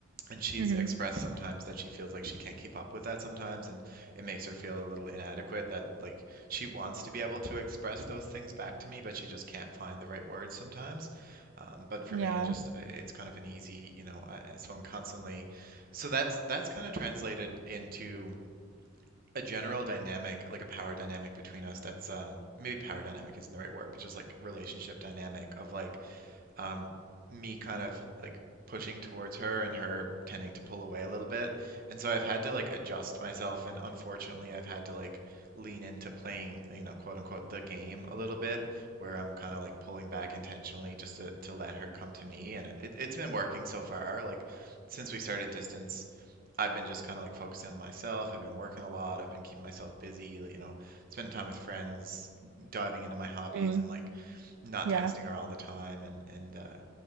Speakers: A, on the right; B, on the right.
A: And she's
B: hmm
A: expressed sometimes that she feels like she can't keep up with that sometimes, and it makes her feel a little inadequate that like she wants to be able to express those things back to me, but she just can't find the right words sometimes. Um, but for
B: yeah,
A: me, I just uh, it's kind of an easy, you know, I, so I'm constantly, so that's that's kind of translated into a general dynamic, like a power dynamic between us that's um maybe power dynamic isn't the right word, but just like relationship dynamic of like um me kind of like pushing towards her and her tending to pull away a little bit. And so I've had to like adjust myself and unfortunately I've had to like lean into playing, you know, quote unquote the game a little bit where I'm kind of like pulling back intentionally just to to let her come to me and it, it- it's been working so far. Like since we started distance I've been just kind of like focusing on myself. I've been working a lot. I've been keeping myself busy, like, you know, spending time with friends, diving into my hobbies
B: mm,
A: and like not
B: yeah,
A: texting her all the time. And and uh,